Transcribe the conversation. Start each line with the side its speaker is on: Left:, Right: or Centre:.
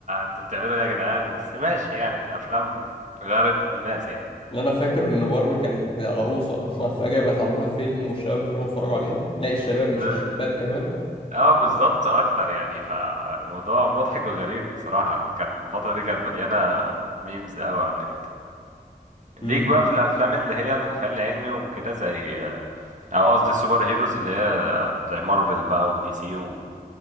Right: انتوا بتعملوا ايه يا جدعان بس ماشي يعني الأفلام غيرت الناس يعني
Left: <laughs> اللي انا فاكر ان باربي كانت عروسه <laughs> فجاه بقت عاملها فيلم والشباب بيروحوا يتفرجوا عليها لا الشباب مش
Right: ب-
Left: الشابات كمان
Right: اه بالظبط اكتر يعني فموضوع مضحك وغريب بصراحة كان الفترة دي كانت مليانة ميمز قوي عن النت ليك
Left: امم
Right: بقى في الافلام اللي هي الخيال العلمي وكده زي او قصدي السوبر هيروز اللي هي آه، زي مارفل بقى ودي سي و